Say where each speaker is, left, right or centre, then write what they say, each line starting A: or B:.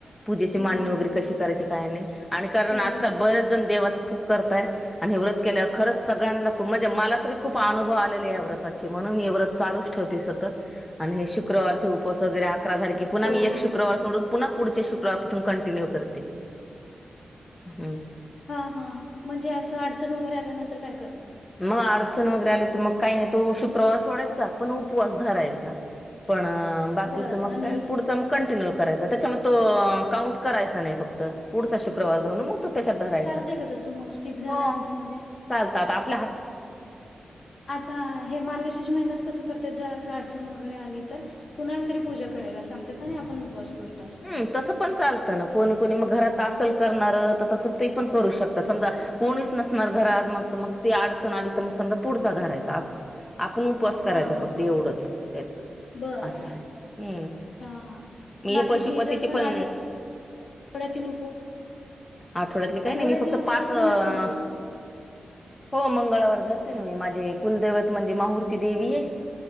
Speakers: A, on the left; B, on the left.
A: पूजेची मांडणी
B: नाही
A: वगैरे
B: नाही
A: कशी करायची काय नाही आणि कारण
B: हो
A: आजकाल
B: हो
A: बरेच जण देवाचं खूप करतायेत आणि हे व्रत केल्यावर खरंच सगळ्यांना खूप म्हणजे मला तरी खूप अनुभव आले आहे या व्रताची मग मग हे व्रत चालूच ठेवते सतत आणि हे शुक शुक्रवार उपास वगैरे आकरा सारखे पुन्हा
B: हो
A: मी एक
B: हो
A: शुक्रवार सोडून पुन्हा पुढचे शुक्रवारपासून कंटिन्यू करते हम.
B: हा हा म्हणजे असं अडचण वगैरे आल्यानंतर काय करता
A: मग अडचण वगैरे आली तर मग काही नाही तो शुक्रवार सोडायचा पण उपवास धरायचा पण बाकीच
B: बरं
A: मग
B: आणि
A: काय पुढचा मग कंटिन्यू करायचा त्याच्या तो काउंट करायचा नाही फक्त पुढचा शुक्रवार धरून मग तो त्याच्यात धरायचा
B: चालतंय का तसं मग स्किप झाल्यानंतर
A: हो
B: मध्ये
A: चालतात आप
B: आता हे मार्गशीर्ष महीन्यात कस करतात ज अस अडचन व गैर आली तर कुणाला तरी पूजा करायला सांगतात आणि आपण उपवास करतो असं
A: हम् तसं पण चालतं न कोणी कोणी मग घरात तासल करणार तर तसं ते पण करू शकतात समजा कोणीच नसणार घरात मग मग ते अडचण आली तर मग समजा पुढचा धरायचा आपण उपवास करायचा
B: हा हा
A: फक्त
B: हा
A: एवढंच तस
B: बर
A: असं आहे हम्
B: हा हा
A: मी
B: बाकीचे
A: हे पशुपतीचे
B: इतर
A: पण
B: आठव आठवड्यातील उपवास
A: आठवड्यातली काही
B: आठवड्यातील
A: नाही मी फक्त
B: उपवास
A: पाच अस
B: पण असतील की
A: हो मंगळवार धरते ना मी माझी कुलदेवत म्हणजे माहरची दे आहे